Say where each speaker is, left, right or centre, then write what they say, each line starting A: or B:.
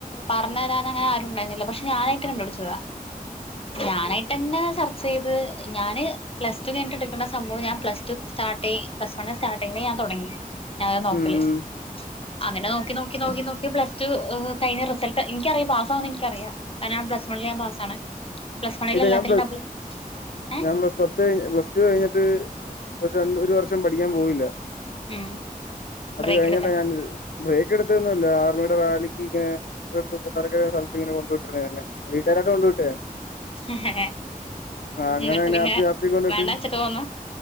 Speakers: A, on the left; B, on the left.
A: പറഞ്ഞു തരാൻ അങ്ങനെ ആരും ഉണ്ടായിരുന്നില്ല പക്ഷെ ഞാനായിട്ട് കണ്ടു പിടിച്ചു പോവാ ഞാനായിട്ട് എന്നെ സെർച്ച് ചെയ്ത് ഞാന് പ്ലസ് ടു കഴിഞ്ഞിട്ട എടുക്ക്ണ സംഭവം ഞാൻ പ്ല്ടടു സ്റ്റാർട്ട് പ്ലസ് വണ്ണിൽ സ്റ്റാട്ടിങ്ങിൽ ഞാൻ തുടങ്ങി ഞാനാ നോക്കല്
B: ഉം
A: അങ്ങനെ നോക്കി നോക്കി നോക്കി നോക്കി പ്ലസ്ടു കഴിഞ്ഞ റിസൾട്ട് എനിക്കറിയാം പാസ്സാവുന്ന് എനിക്കറിയാം ഞാൻ പ്ലസ് വൺല് ഞാൻ പാസ്സാണ് പ്ലസ് വണ്ണിൽ
B: ഇതാ
A: എല്ലാത്തിലും
B: ഞാൻ പ്ലസ്
A: ഡബിൾ ഏഹ്
B: ഞാൻ പ്ലസ് പത്ത് കഴിഞ്ഞ പ്ലസ് ടു കഴിഞ്ഞിട്ട് ഒരു ര ഒരു വർഷം പഠിക്കാൻ പോയില്ല
A: ഉം
B: അത്
A: ബ്രേക്ക്
B: കഴിഞ്ഞിട്ടാ ഞാൻ ബ്രേക്ക് എടുത്തൊന്നു ഇല്ല ആർമിയുടെ റാലിക്ക് ഇങ്ങനെ അടുത്ത് തറക്കര സ്ഥലത്ത് ഇങ്ങനെ കൊണ്ടിട്ട് വീട്ടുകാരോട്ടെ കൊണ്ടുവിട്ടെ
A: എടുത്തിണ്ടാവും
B: ആഹ് അങ്ങനെ
A: ഇങ്ങട്ട് പിന്നെ
B: വ്യാപ്തി കൊണ്ടിട്ട്
A: വേണ്ടാച്ചിട്ട് തോന്ന